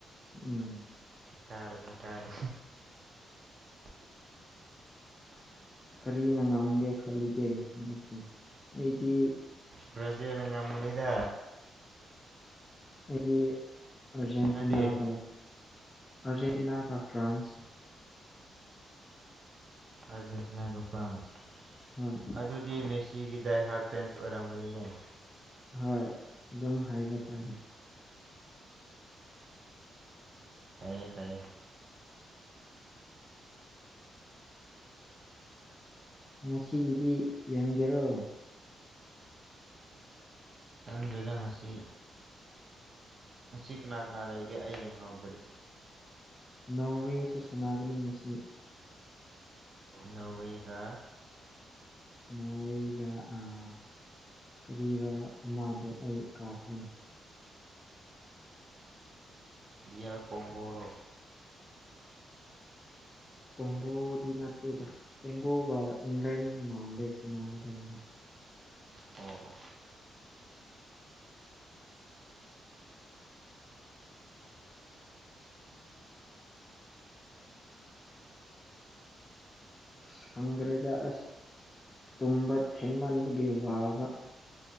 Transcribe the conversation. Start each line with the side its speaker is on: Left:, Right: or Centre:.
Left: ꯎꯝ
Right: ꯀꯔꯅꯤ ꯀꯔ
Left: ꯀꯔꯤꯅ ꯉꯝ ꯦ ꯈꯜꯂꯤꯒꯦ ꯃꯔꯛꯇꯗꯤ ꯑꯩꯗꯤ
Right: ꯕ꯭ꯔꯥꯖꯤꯜꯅ ꯉꯝꯃꯨꯅꯤꯗ
Left: ꯑꯩꯒꯤ ꯑꯔꯖꯦꯟꯇꯤꯅꯥꯒ
Right: ꯅꯪꯗꯤ
Left: ꯑꯔꯖꯦꯟꯇꯅꯥ ꯀ ꯐ꯭ꯔꯥꯟꯁ
Right: ꯑꯥꯔꯖꯦꯟꯇꯤꯅꯥꯒ ꯐ꯭ꯔꯥꯟꯁ
Left: ꯍꯣꯏ
Right: ꯑꯗꯨꯗꯤ ꯃꯦ ꯆꯤꯒꯤ ꯗꯥꯏ ꯍꯥꯔꯄꯦꯟꯁ ꯑꯣꯏꯔꯝꯒꯅꯤꯅꯦ
Left: ꯍꯣꯏ ꯑꯗꯨꯝ ꯍꯥꯏꯕ ꯇꯥꯔꯦ
Right: ꯐꯔꯌꯦꯦ ꯐꯔꯌꯦ
Left: ꯉꯒꯤꯗꯤ ꯌꯦꯡꯒꯦꯔꯣ
Right: ꯑꯗꯨꯗꯨꯗ ꯉꯁꯤ ꯑꯁꯤ ꯀꯅꯥ ꯀꯅꯥ ꯂꯩꯒꯦ ꯑꯩ ꯌꯦꯡꯍꯥꯎꯗ꯭ꯔꯦ
Left: ꯅꯣꯔꯋꯦꯁꯨ ꯁꯥꯟꯅꯒꯅꯤ ꯉꯁꯤ
Right: ꯅꯣꯔꯋꯦꯒ
Left: ꯅꯣꯋꯒ ꯑꯥ ꯀꯔꯤꯔ ꯑꯃꯗꯨꯣ ꯑꯩ ꯀꯥꯎꯈ꯭ꯔꯅꯤ
Right: ꯌꯥꯔ ꯀꯣꯣꯡꯝꯕꯣꯔꯣ
Left: ꯀꯣꯡꯒꯣꯗꯤ ꯅꯠꯇꯦꯗ ꯀꯣꯡꯒꯣꯒ ꯏꯪꯂꯦꯟ ꯃꯥꯜꯂꯦ ꯁ ꯅꯥꯒꯗꯕꯗ
Right: ꯇꯉꯕꯨ
Left: ꯑꯁ ꯈꯪꯈ꯭ꯔꯦꯗ ꯑꯁ ꯇꯨꯝꯕ ꯊꯦꯡꯃꯟꯕꯒꯤ ꯋꯥꯕ